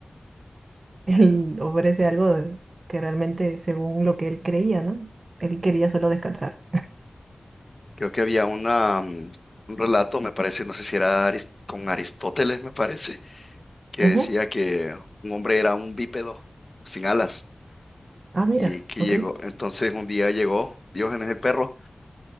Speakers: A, on the right; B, on the left.
A: <laughs> él ofrece algo que realmente según lo que él creía, ¿no? Él quería solo descansar.
B: Creo que había una, mm, un relato, me parece, no sé si era Aris- con Aristóteles, me parece, que
A: Ujú.
B: decía que un hombre era un bípedo sin alas
A: Ah, mira,
B: y que
A: ok.
B: llegó, entonces un día llegó Diógenes el perro